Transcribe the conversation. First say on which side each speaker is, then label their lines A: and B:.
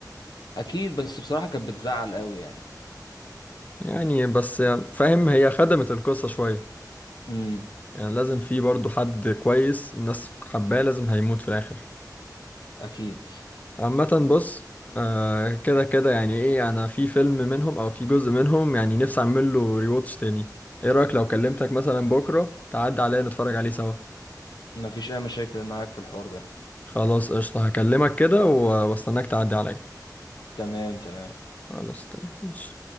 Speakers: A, on the left; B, on the left.
A: اكيد بس بصراحه كانت بتزعل قوي يعني
B: يعني بس فاهم هي خدمت القصة شوية
A: امم
B: يعني لازم في برضو حد كويس الناس حباه لازم هيموت في الاخر
A: اكيد
B: عامة بص آه كده كده يعني ايه انا في فيلم منهم او في جزء منهم يعني نفسي اعمل له ريواتش تاني ايه رأيك لو كلمتك مثلا بكرة تعدي عليا نتفرج عليه سوا
A: ما فيش اي مشاكل معاك في الحوار ده
B: خلاص قشطة هكلمك كده و- واستناك تعدي عليا
A: تمام تمام
B: خلاص تمام ماشي